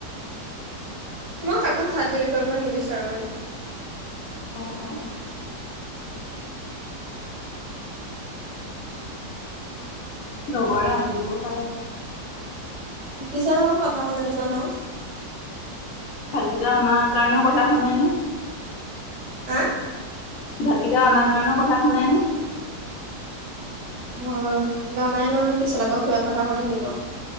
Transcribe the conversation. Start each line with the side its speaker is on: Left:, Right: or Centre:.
Right: মই কাকো খাতিৰ কৰিব নিবিচাৰো মানে
Left: অহ অ অ লগৰে আনি দিব পাৰে।
Right: পিছত আকৌ কথা শুনাই দিব ন
Left: ভাতকেইটা অননা কাৰণেও কথা শুনাই নে
Right: আ?
Left: ভাতকেইটা অনাৰ কাৰণেও কথা শুনাই নে?
Right: ম জোৱা নাই নহয় পিছত আকৌ থা কথা হলে দিব।